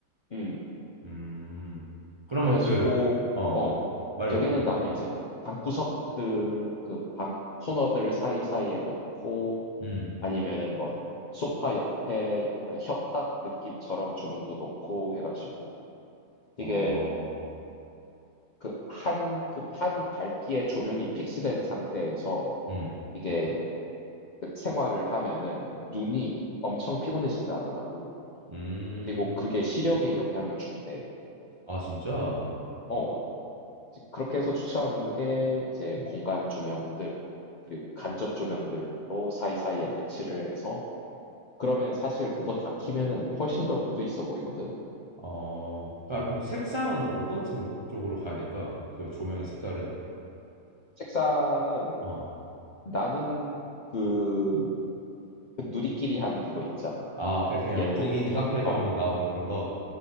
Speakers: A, on the left; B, on the right.
A: 음.
B: 음, 그러면
A: 그래 가지고
B: 그, 어,
A: 어
B: 말해봐,
A: 대개는
B: 말해봐.
A: 나는 이제 방구석들 그 방 코너들 사이사이에 놓고
B: 음.
A: 아니면은 뭐 소파 옆에 약간 협탁 느낌처럼 조명도 놓고 해 가지고
B: 어,
A: 이게 그 한 그 한 밝기의 조명이 픽스된 상태에서
B: 음,
A: 이게 그 생활을 하면은 눈이 엄청 피곤해진다 하더라고.
B: 음,
A: 그리고 그게 시력에 영향을 준대.
B: 아, 진짜? 어,
A: 어. 이제 그렇게 해서 추천하는 게 이제 공간 조명들 그리고 간접 조명들로 사이사이에 배치를 해서 그러면 사실 그거 다 키면은 훨씬 더 무드 있어 보이거든.
B: 어, 아, 그럼 색상은 어떤 색- 쪽으로 가야 될까? 그 조명의 색깔은?
A: 책상은
B: 어,
A: 나는 그, 그 누리끼리 한 그거 있잖아.
B: 아, 그냥 그냥
A: 옐로우
B: 분위기 있는
A: 톤.
B: 카페에
A: 어.
B: 가면 나오는 그런 거?